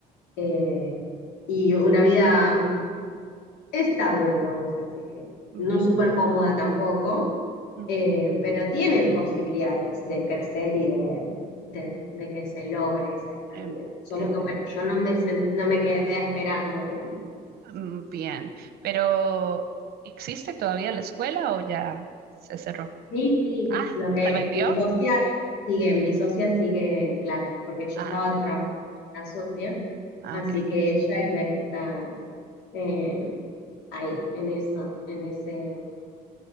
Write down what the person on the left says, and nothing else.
eh, y una vida estable, vamos a decir.
No súper cómoda tampoco,
eh, pero tiene posibilidades de crecer y de, de- de que se logre esa estabilidad.
Solo
que bueno, yo no me, sen- no me quedé a esperarlo, digamos.
Sí, sí,
lo que
mi socia sigue, mi socia sigue, claro, porque yo
estaba
trabajando con la socia,
así
que ella es la que está eh, ahí, en eso, en ese.